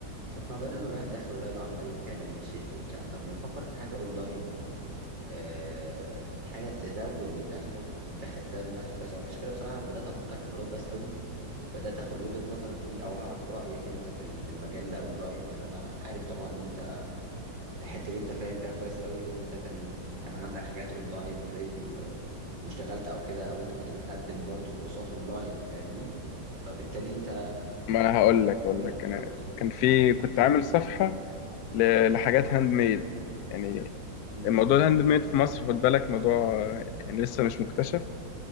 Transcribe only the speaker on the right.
طب ما بدل ما الواحد دخله قليل وعمال يتكلم ويصيح وبتاع طب ما يفكر في حاجه اونلاين آه حاجه تزود من دخله دخل تزود من دخل كويس قوي عشان كده بصراحه انا بدات افكر في الموضوع كويس قوي بدات اخد وجهه نظرك فيه او اعرف رايك انت في ال- في المجال ده اونلاين لان انا عارف طبعا ان انت الحته دي انت فاهم فيها كويس قوي لان انت كان كان عندك حاجات اونلاين اوريدي واشتغلت او كده او انت كنت بتقدم برضو كورسات اونلاين فاهمني فبالتالي انت
فاهم
قوي
امم